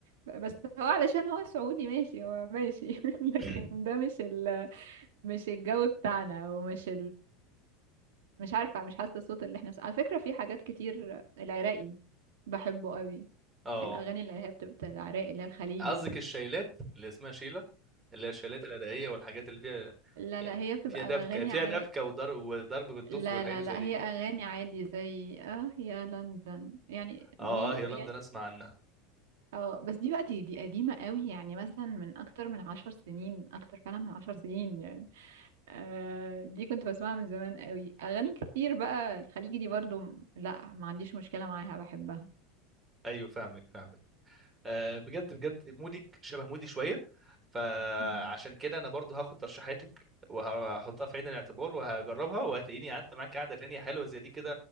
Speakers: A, on the right; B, on the right.
A: ب- بس هو علشان هو سعودي ماشي هو ماشي <laughs> لكن
B: <coughs>
A: ده مش ال... مش الجو بتاعنا او مش مش عارفة مش حاسة الصوت اللي احنا بس على فكرة في حاجات كتير العراقي بحبه قوي
B: اه
A: الأغاني اللي هي بتبقى العراقي اللي هي الخليجي
B: قصدك
A: دي
B: الشيلات اللي اسمها شيله اللي هي الشيلات الادائيه والحاجات اللي فيها
A: لا
B: يعني
A: لا هي بتبقى
B: فيها دبكه
A: أغاني
B: فيها
A: عا...
B: دبكه وضرب وضرب بالدف
A: لا
B: والحاجات
A: لا
B: اللي
A: لا
B: زي دي
A: هي أغاني عادي زي اه يا لندن يعني
B: اه
A: دي
B: اه
A: يعني
B: يا لندن اسمع عنها
A: اه بس دي بقى دي, دي قديمة قوي يعني مثلا من أكتر من عشر سنين أكتر فعلا من عشر سنين يعني آه دي كنت بسمعها من زمان قوي أغاني كتير بقى الخليجي دي برضو لا ما عنديش مشكلة معاها بحبها
B: ايوه فاهمك فاهمك آه بجد بجد مودك شبه مودي شويه فعشان
A: مم.
B: كده انا برضو هاخد ترشيحاتك وهحطها في عين الاعتبار وهجربها وهتلاقيني قعدت معاك قعده تانية حلوه زي دي كده